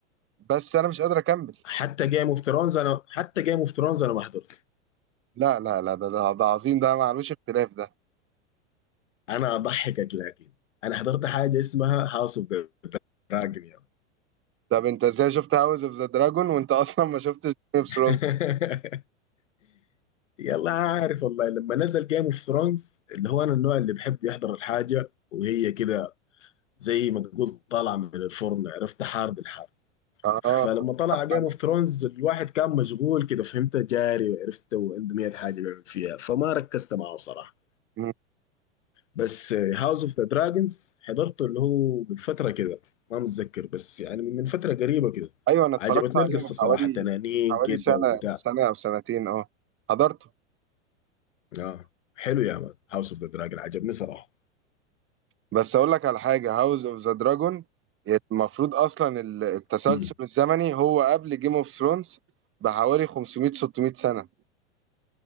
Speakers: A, on the right (about 35°); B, on the left (about 80°).
A: بس انا مش قادر اكمل
B: حتى جيم اوف ثرونز انا حتى جيم اوف ثرونز انا ما حضرته
A: لا لا لا ده ده, ده عظيم ده معلوش اختلاف ده
B: انا اضحكك لكن انا حضرت حاجه اسمها هاوس اوف دراجون يا مان.
A: طب انت ازاي شفت هاوس اوف ذا دراجون وانت <laughs> اصلا ما شفتش جيم اوف ثرونز
B: <laughs> يلا عارف والله لما نزل جيم اوف ثرونز اللي هو انا النوع اللي بحب يحضر الحاجه وهي كده زي ما تقول طلع من الفرن عرفت حار بالحار
A: اه
B: فلما طلع جيم
A: حلقة.
B: اوف ثرونز الواحد كان مشغول كده فهمت جاري عرفت وعنده 100 حاجه بيعمل فيها فما ركزت معه بصراحه
A: مم.
B: بس هاوس اوف ذا دراجونز حضرته اللي هو من فتره كده ما متذكر بس يعني من فتره قريبه كده
A: ايوه انا اتفرجت
B: عجبتني
A: عليه
B: القصه
A: من حوالي
B: صراحه تنانين
A: من حوالي
B: كده
A: سنه
B: وبتاع
A: سنه او سنتين اه حضرت
B: اه حلو يا مان هاوس اوف ذا دراجون عجبني صراحه
A: بس اقول لك على حاجه هاوس اوف ذا دراجون المفروض اصلا ال- التسلسل
B: امم
A: الزمني هو قبل جيم اوف ثرونز بحوالي 500 600 سنه